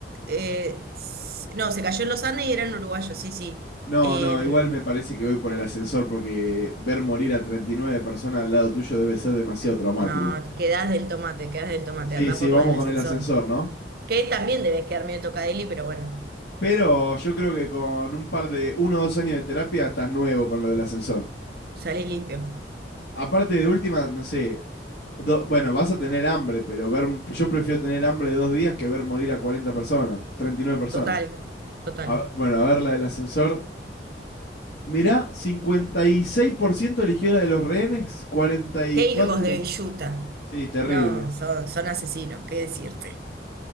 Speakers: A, on the right; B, on the left.
A: eh, s- no, se cayó en los Andes y eran uruguayos, sí, sí.
B: No,
A: Em,
B: no, igual me parece que voy por el ascensor porque ver morir a 39 personas al lado tuyo debe ser demasiado traumático.
A: no, quedás del tomate, quedás del tomate,
B: Sí,
A: anda
B: sí,
A: por
B: vamos
A: la del
B: con
A: ascensor.
B: el ascensor, ¿no?
A: Que también debes quedar medio tocadeli, pero bueno,
B: Pero yo creo que con un par de, uno o dos años de terapia estás nuevo con lo del ascensor.
A: sale limpio.
B: Aparte de última, no sé, do- bueno, vas a tener hambre, pero ver, yo prefiero tener hambre dos días que ver morir a 40 personas, 39 personas.
A: Total, total.
B: A- bueno, a ver la del ascensor. Mirá, 56% eligió la de los rehenes, 44
A: Qué hijos de
B: la...
A: Villuta.
B: Sí, terrible.
A: No, son, son asesinos, qué decirte.